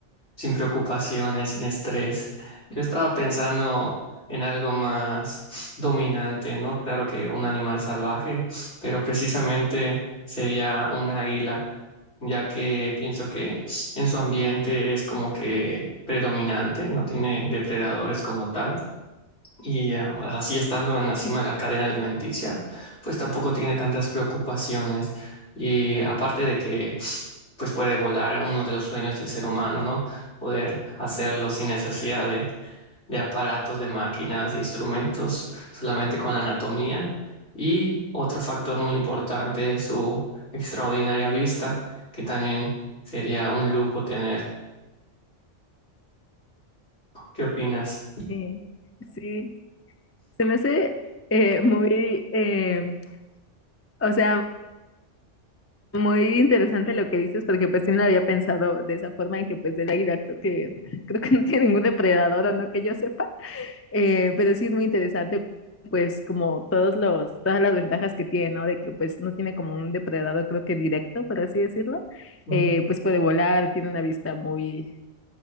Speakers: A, on the left; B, on the left.
A: sin preocupaciones, sin estrés. Yo estaba pensando en algo más dominante, ¿no? Claro que un animal salvaje, pero precisamente sería un águila, ya que pienso que en su ambiente es como que predominante, no tiene depredadores como tal y eh, así estando en la cima
B: Ujú.
A: de la cadena alimenticia, pues tampoco tiene tantas preocupaciones. Y aparte de que, pues puede volar uno de los sueños del ser humano, ¿no? Poder hacerlo sin necesidad de, de aparatos, de máquinas, de instrumentos, solamente con la anatomía. Y otro factor muy importante es su extraordinaria vista, que también sería un lujo tener. ¿Qué opinas?
B: Sí, sí, se me hace eh, muy, eh, o sea, muy interesante lo que dices, porque pues sí no lo había pensado de esa forma, en que pues el águila creo que, creo que no tiene ningún depredador, o no que yo sepa, eh, pero sí es muy interesante, pues como todos los, todas las ventajas que tiene, ¿no? De que pues no tiene como un depredador, creo que directo, por así decirlo,
A: Mm.
B: eh, pues puede volar, tiene una vista muy,